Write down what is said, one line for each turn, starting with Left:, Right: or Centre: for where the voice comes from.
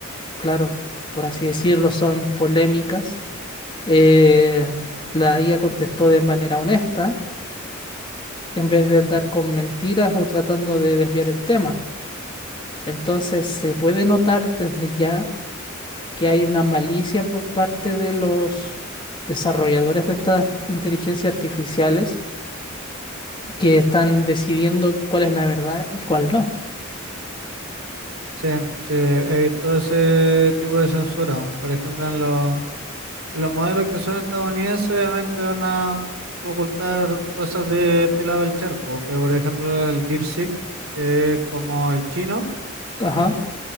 Left: claro, por así decirlo, son polémicas. Eh, la IA contestó de manera honesta, en vez de andar con mentiras o tratando de desviar el tema. Entonces, se puede notar desde ya que hay una malicia por parte de los desarrolladores de estas inteligencias artificiales que están decidiendo cuál es la verdad y cuál no.
Right: Sí, sí, he he visto ese tipo de censura. Por ejemplo, en los, en los modelos que son estadounidenses, obviamente van a ocultar cosas de este lado del charco. Pero, por ejemplo, el DeepSeek, que es como el chino.
Left: Ajá.